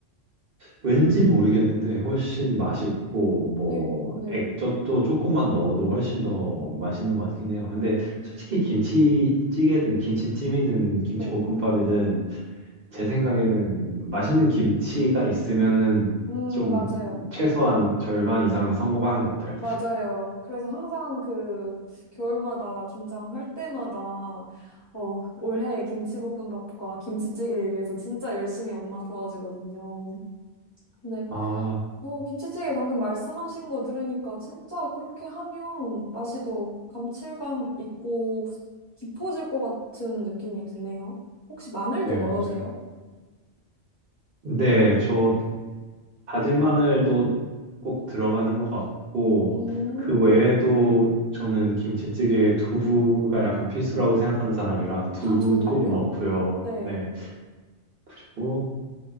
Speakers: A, on the right (about 55°); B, on the left (about 25°).
A: 왠지 모르겠는데 훨씬 맛있고 뭐
B: 네, 네.
A: 액젓도 조금만 넣어도 훨씬 더 맛있는 것 같긴 해요. 근데
B: 음,
A: 솔직히 김치찌개든 김치찜이든 김치볶음밥이든
B: 네.
A: 제 생각에는 맛있는 김치가 있으면은
B: 음,
A: 좀
B: 맞아요.
A: 최소한 절반 이상은 성공하는 것 같아요.
B: 맞아요. 그래서 항상 그 겨울마다 김장할 때마다 어, 올해 김치볶음밥과 김치찌개를 위해서 진짜 열심히 엄마 도와주거든요. 네,
A: 아,
B: 어, 김치찌개 방금 말씀하신 거 들으니까 진짜 그렇게 하면 맛이 더 감칠감 있고 깊어질 것 같은 느낌이 드네요. 혹시 마늘도
A: 네,
B: 넣으세요?
A: 맞아요. 네, 저 다진 마늘도 꼭 들어가는 것 같고,
B: 음.
A: 그 외에도 저는 김치찌개에 두부가 약간 필수라고 생각하는 사람이라 두부
B: 아, 정말요?
A: 꼭 넣고요.
B: 네.
A: 네. 그리고